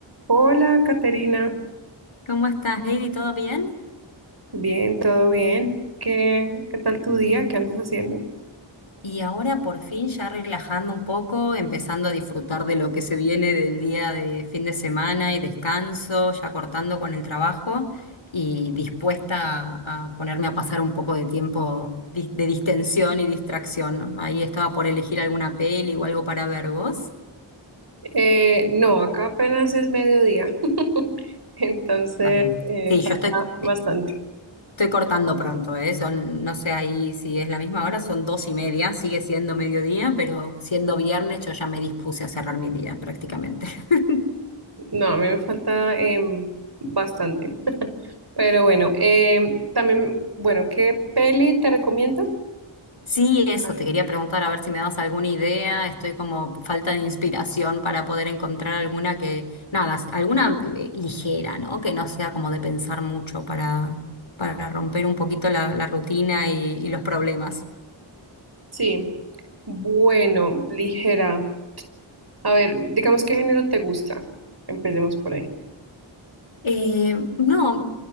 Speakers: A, on the right (about 50°); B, on the left (about 75°).
A: Hola, Caterina.
B: ¿Cómo estás, Heidi? ¿Todo bien?
A: Bien, todo bien. ¿Qué, qué tal tu día? ¿Qué andas haciendo?
B: Y ahora por fin ya relajando un poco, empezando a disfrutar de lo que se viene del día de fin de semana y descanso, ya cortando con el trabajo y dispuesta a, a ponerme a pasar un poco de tiempo dis- de distensión y distracción, ¿no? Ahí estaba por elegir alguna peli o algo para ver vos.
A: Eh, no, acá apenas es mediodía. <laughs> Entonces,
B: Está bien.
A: eh,
B: Sí,
A: falta
B: yo estoy,
A: bastante.
B: eh, Estoy cortando pronto, ¿eh? Son, no sé ahí si es la misma hora, son dos y media, sigue siendo mediodía, pero siendo viernes yo ya me dispuse a cerrar mi día prácticamente. <laughs>
A: No, a mí me falta em, bastante. Pero bueno, em, también, bueno, ¿qué peli te recomiendo?
B: Sí, eso,
A: Ah.
B: te quería preguntar a ver si me das alguna idea, estoy como falta de inspiración para poder encontrar alguna que, nada, s- alguna eh, ligera, ¿no? Que no sea como de pensar mucho para, para romper un poquito la, la rutina y, y los problemas.
A: Sí, bueno, ligera. A ver, digamos qué género te gusta. Empecemos por ahí.
B: Eh, no,